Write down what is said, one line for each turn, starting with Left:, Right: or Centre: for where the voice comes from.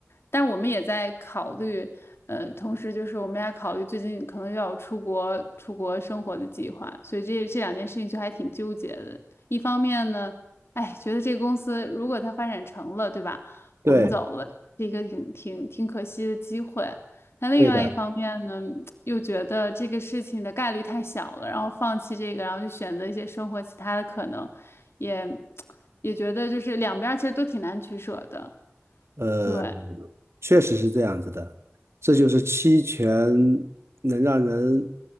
Left: 但我们也在考虑，呃，同时就是我们也考虑最近可能又要出国出国生活的计划，所以这这两件事情就还挺纠结的。一方面呢。哎，觉得这个公司如果它发展成了，对吧？
Right: 对，
Left: 我们走了，是一个挺挺挺可惜的机会。那另外一方面呢，
Right: 对的，
Left: 又觉得这个事情的概率太小了，然后放弃这个，然后去选择一些生活其他的可能，也也觉得就是两边儿其实都挺难取舍的。
Right: 呃，
Left: 对，
Right: 确实是这样子的，这就是期权能让人